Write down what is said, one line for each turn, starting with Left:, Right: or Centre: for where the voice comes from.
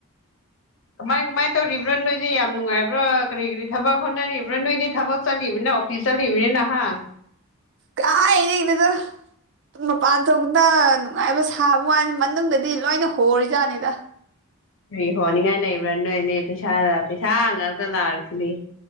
Left: ꯀꯃꯥꯏ ꯃꯥꯏ ꯇꯧꯔꯤꯕ ꯕ꯭ꯔꯥ ꯅꯣꯏꯁꯦ ꯌꯥꯝ ꯅꯨꯡꯉꯥꯏꯕ꯭ꯔꯥ ꯀꯔꯤ ꯀꯔꯤ ꯊꯕꯛ ꯍꯣꯠꯅꯔꯤꯕ꯭ꯔꯥ ꯅꯣꯏꯗꯤ ꯊꯕꯛ ꯆꯠꯂꯤꯕꯅꯤ ꯑꯣꯐꯤꯁ ꯆꯠꯂꯤꯕꯅꯤꯅ ꯅꯍꯥꯟ
Right: ꯀꯏꯗꯒꯤꯅꯣꯗ ꯃꯄꯥꯟ ꯊꯣꯛꯅ ꯅꯨꯡꯉꯥꯏꯕ ꯁꯥꯕ ꯋꯥꯅꯤ ꯃꯅꯨꯡꯗꯗꯤ ꯂꯣꯏꯅ ꯍꯣꯔꯤꯖꯥꯠꯅꯤꯗ
Left: ꯀꯔꯤ ꯍꯣꯅꯤꯡꯉꯥꯏ ꯂꯩꯕ꯭ꯔꯥ ꯅꯣꯏꯅꯦ ꯄꯩꯁꯥꯗ ꯄꯩꯁꯥ ꯉꯥꯛꯇ ꯂꯥꯛꯔꯤꯁꯤꯅꯦ